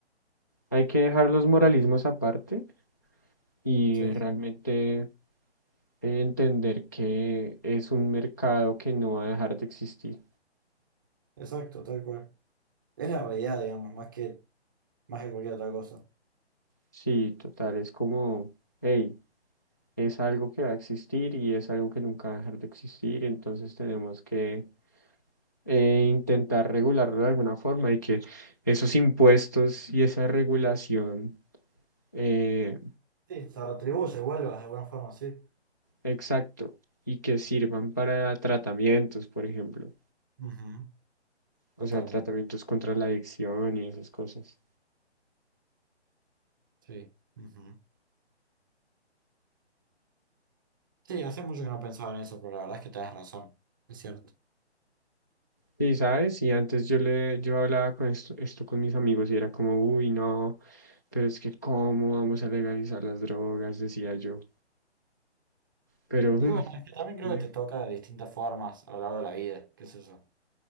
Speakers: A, on the left (about 15°); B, on the right (about 20°).
A: Hay que dejar los moralismos aparte y
B: Sí,
A: realmente
B: sí,
A: entender que es un mercado que no va a dejar de existir.
B: exacto, tal cual. Es la habilidad, digamos, más que, más que cualquier otra cosa.
A: Sí, total, es como, hey, es algo que va a existir y es algo que nunca va a dejar de existir, entonces tenemos que eh, intentar regularlo de alguna forma y que esos impuestos y esa regulación, eh,
B: Sí, se retribuye, vuelvas de alguna forma, sí.
A: exacto, y que sirvan para tratamientos, por ejemplo,
B: Ujú, Totalmente,
A: o sea, tratamientos contra la adicción y esas cosas.
B: sí. ujú. Sí, hace mucho que no pensaba en eso, pero la verdad es que tenés razón, es cierto.
A: Sí, ¿sabes? Y antes yo le, yo hablaba con esto, esto con mis amigos y era como, uy, no, pero es que ¿cómo vamos a legalizar las drogas? Decía yo. Pero
B: Y
A: mm,
B: bueno, es que también creo
A: eh,
B: que te toca de distintas formas a lo largo de la vida, qué sé yo.